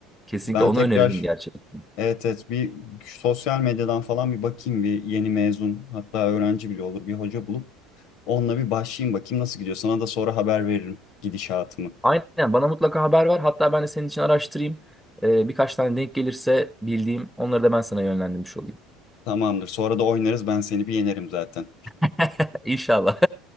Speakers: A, in the centre; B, on the left (about 70°).
A: Kesinlikle
B: ben
A: onu
B: tekrar
A: öneririm gerçekten.
B: evet evet bir sosyal medyadan falan bir bakayım bir yeni mezun hatta öğrenci bile olur bir hoca bulup onunla bir başlayayım bakayım nasıl gidiyor. Sana da sonra haber veririm gidişatımı.
A: Aynen bana mutlaka haber ver. Hatta ben de senin için araştırayım. Ee, birkaç tane denk gelirse bildiğim onları da ben sana yönlendirmiş olayım.
B: Tamamdır. Sonra da oynarız ben seni bir yenerim zaten.
A: <laughs> İnşallah.